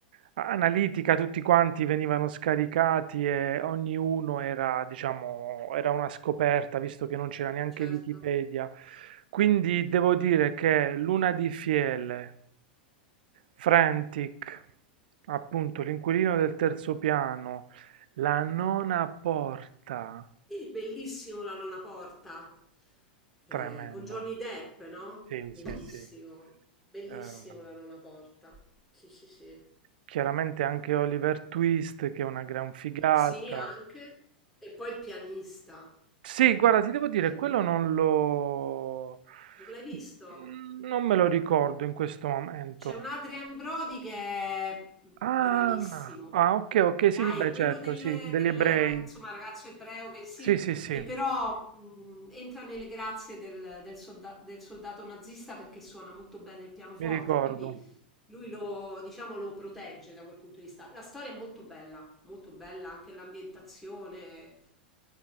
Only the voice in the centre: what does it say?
certo.
Bellissimo La nona porta, eh,
con Johnny Depp, no?
Bellissimo,
bellissimo
La nona porta. Sì, sì, sì.
Sì, anche. E poi il pianista.
Cioè, il
pi-
non l'hai visto?
C'è un Adrian Brody che è bravissimo.
Dai,
quello
del,
del
ra- insomma, ragazzo ebreo che sì,
che però mh, entra nelle grazie del, del solda- del soldato nazista perché suona molto bene il pianoforte,
quindi lui lo, diciamo, lo protegge da quel punto di vista. La storia è molto bella, molto bella, anche l'ambientazione.